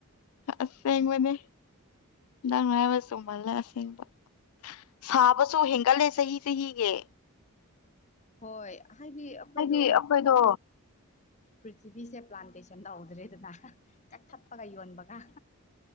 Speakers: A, on the left; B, on the left.
A: ꯑꯁꯦꯡꯕꯅꯦ ꯅꯪ ꯂꯥꯏꯕ ꯆꯨꯝꯃꯜꯂꯦ ꯑꯁꯦꯡꯕ ꯁꯥꯕꯁꯨ ꯍꯦꯟꯒꯠꯂꯦ ꯆꯍꯤ ꯆꯍꯤꯒꯤ
B: ꯍꯣꯏ ꯍꯥꯏꯗꯤ ꯑꯩꯈꯣꯏꯗꯣ
A: ꯍꯥꯏꯗꯤ ꯑꯩꯈꯣꯏꯗꯣ
B: ꯄ꯭ꯔꯤꯊꯤꯕꯤꯁꯦ ꯄ꯭ꯂꯥꯟꯇꯦꯁꯟ ꯇ ꯍꯧꯧꯗ꯭ꯔꯦꯗꯅ ꯀ ꯊꯞꯄꯒ ꯌꯧꯟꯕꯒ